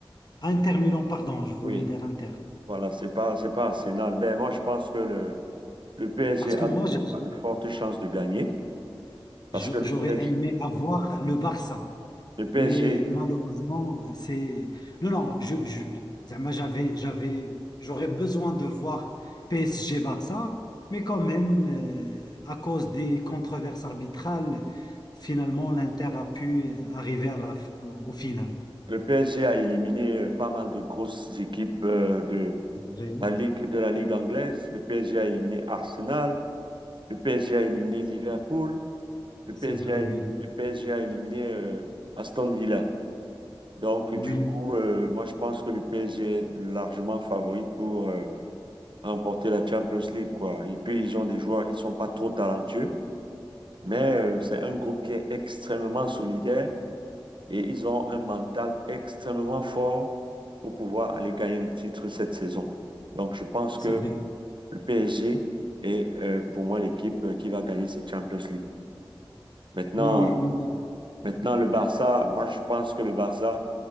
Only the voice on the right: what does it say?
Oui,
voilà, c'est pas, c'est pas Arsenal. Ben, moi, je pense que le, le PSG
a
de,
a de fortes chances de gagner parce
que le
PSG,
le
PSG
Le PSG a éliminé euh, pas mal de grosses équipes euh, de
la Ligue, de la Ligue anglaise. Le PSG a éliminé Arsenal. Le PSG a éliminé Liverpool. Le
PSG
a,
éli-
le PSG a éliminé euh, Aston Villa. Donc, euh,
du coup, euh, moi, je pense que le PSG est largement favori pour euh, remporter la Champions League, quoi. Et puis, ils ont des joueurs, ils sont pas trop talentueux, mais euh, c'est un groupe qui est extrêmement solidaire. Et ils ont un mental extrêmement fort pour pouvoir aller gagner le titre cette saison. Donc, je pense
que
le PSG est euh, pour moi l'équipe euh, qui va gagner cette Champions League. Maintenant,
maintenant, le Barça, moi je pense que le Barça,